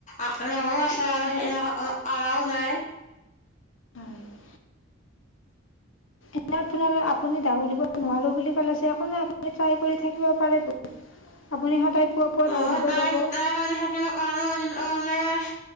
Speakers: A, on the left; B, on the left.
A: <unintelligible> <unintelligible> <inaudible>
B: অ', এনে আপোনা <unintelligible> আপুনি দাওৰিব নোৱাৰোঁ বুলি ক'লে যে, একো নাই আপুনি ট্ৰাই কৰি থাকিব পাৰে বহুত আপুনি সদায়
A: নহয় <unintelligible>
B: যাব।